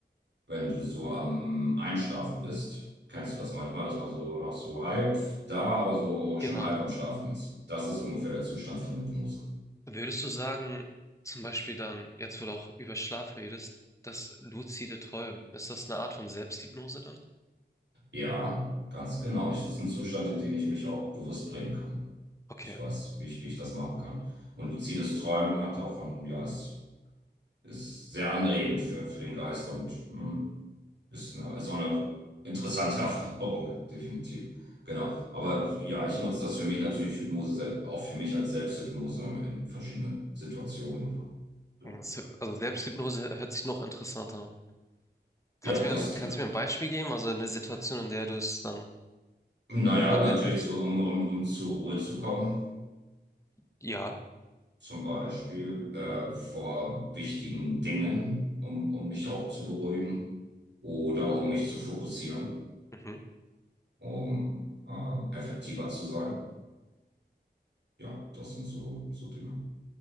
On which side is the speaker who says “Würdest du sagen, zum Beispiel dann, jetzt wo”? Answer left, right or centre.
Left